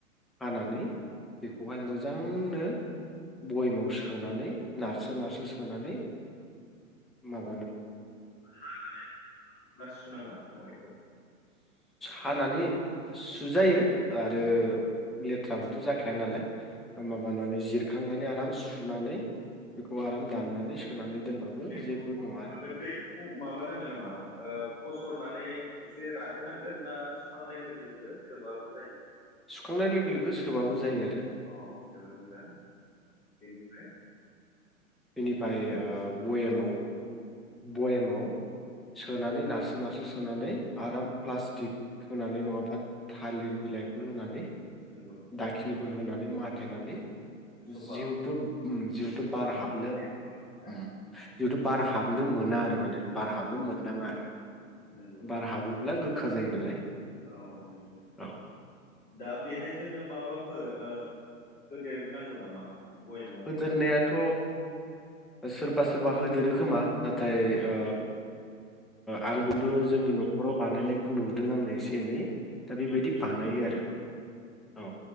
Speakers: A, in the centre; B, on the left.
A: हानानै बेखौहाय
B: नंगौ
A: मोजां मोजांनो बयमाव सोनानै नारसो नारसो सोनानै माव
B: हानानै ना सुनाङा मेवाइखौ
A: हानानै सु सुजायो आरो
B: औ
A: लेथ थ्राबोथ' जाखाया नालाय
B: नंगौ
A: माबानानै जिरखांनानै आ राम सुनानै बेखौ आराम दाननानै सोनानै दोनबाबो
B: <inaudible>
A: जेबो नङा आरो
B: दैखौ माबानांगोन नामा ओ फसरना ननै एसे रानहोनांगोन ना सुखांनाय लोगो लोगो सोबाबो जायो
A: सुखांनाय लोगो लोगो सोबाबो जायो आ
B: अ जोबोद मोजां बेनिफ्राय
A: बिनिफाय ओ बयेमाव बयेमाव सोनानै नारसो नारसो सोनानै आराम प्लास्टिक खोनानै नङाबा थालिर बिलाइफोर होनानै
B: नंगौ
A: दाखिनिफोर होनानै माथेनानै
B: सफा
A: जिउथुब उम जिउथुब
B: सफा
A: बार हाब <unintelligible>
B: ना
A: थु बार हाबनो मोना आरो माने बार हाबनो
B: अ
A: मोननाङा आरो
B: नंगौ
A: बार हाबोब्ला गो खा जायो नालाय
B: औ नोंगौ
A: औ
B: दा बेहाय जोङो माबा फोर ओ होदेरनांगौ नामा बयेमाव
A: होदेरनायाथ'
B: जोङो सोयोबा
A: सोरबा सोरबा होदेरो खोमा नाथाय ओ आंबोथ' जोंनि न'खराव बानायनायखौ नुदों आंङो एसे एनै दा बेबायदि
B: नंगौ
A: बानायो आरो औ